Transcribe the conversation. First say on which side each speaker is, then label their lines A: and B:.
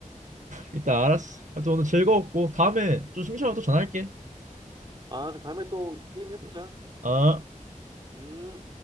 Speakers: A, on the right; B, on the right.
A: 음.
B: 일단 알았어. 하여튼 오늘 즐거웠고,
A: 음.
B: 다음에 좀 심심하면 또 전화할게.
A: 아, 그 다음에 또 게임 해보자.
B: 아.
A: 음.